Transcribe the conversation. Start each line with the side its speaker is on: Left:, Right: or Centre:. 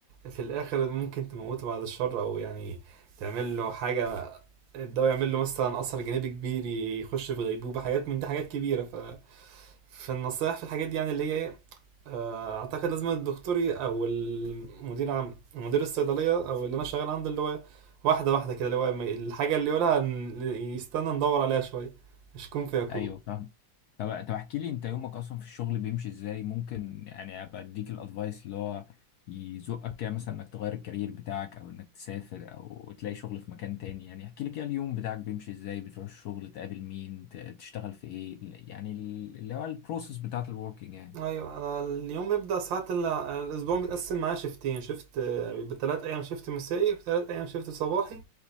Right: في الاخر ممكن تموته بعد الشر او يعني تعمل له حاجه الدواء يعمل له مثلا اثر جانبي كبير يخش في غيبوبه حاجات من دي حاجات كبيره ف فالنصايح في الحاجات دي يعني اللي هي ايه آه، اعتقد لازم الدكتور ي- او المدير عام مدير الصيدليه او اللي انا شغال عنده اللي هو واحده واحده كده اللي هو ما- الحاجه اللي يقولها ن- يستنى ندور عليها شويه مش كون فيكون
Left: ايوه فاهم طب طب احكي لي انت يومك اصلا في الشغل بيمشي ازاي ممكن يعني ابقى اديك الادفايس اللي هو يزقك كده مثلا انك تغير الكارير بتاعك او انك تسافر او تلاقي شغل في مكان تاني يعني احكي لي كده اليوم بتاعك بيمشي ازاي بتروح الشغل تقابل مين ت- تشتغل في ايه يعني ال- اللي هو البروسيس بتاعت الوركينج يعني
Right: ايوه انا اليوم بيبدأ ساعات ال- الاسبوع بيتقسم معايا شيفتين شيفت بثلاث ايام شيفت مسائي وثلاث ايام شيفت صباحي